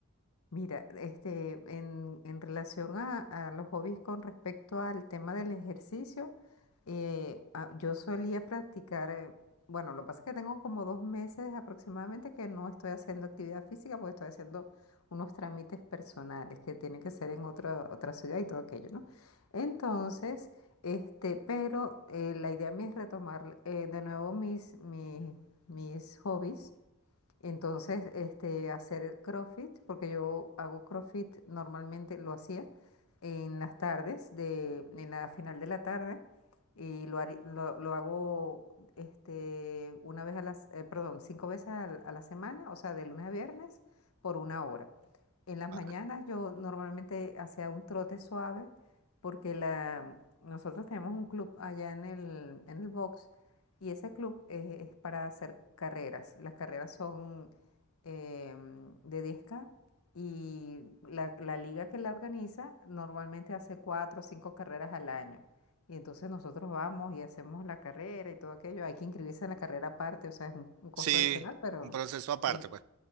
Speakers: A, on the left; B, on the right.
A: Mira, este, en, en relación a, a los hobbies con respecto al tema del ejercicio, eh, ah, yo solía practicar, eh, bueno, lo que pasa es que tengo como dos meses aproximadamente que no estoy haciendo actividad física porque estoy haciendo unos trámites personales que tienen que ser en otra, otra ciudad y todo aquello, ¿no? Entonces, este, pero eh, la idea mía es retomar eh, de nuevo mis, mis, mis hobbies Entonces, este, hacer CrossFit, porque yo hago CrossFit normalmente, lo hacía en las tardes, de, en la final de la tarde, y lo, hari- lo, lo hago este, una vez a las, eh, perdón, cinco veces al- a, la semana, o sea, de lunes a viernes, por una hora. En las
B: Ah,
A: mañanas yo normalmente hacía un trote suave, porque la, nosotros tenemos un club allá en el, en el box y ese club eh, es para hacer carreras. Las carreras son em, de 10K y la, la liga que la organiza normalmente hace cuatro o cinco carreras al año. Y entonces nosotros vamos y hacemos la carrera y todo aquello. Hay que inscribirse en la carrera aparte, o sea, es un, un costo
B: Sí,
A: adicional, pero
B: un proceso aparte,
A: sí,
B: pues.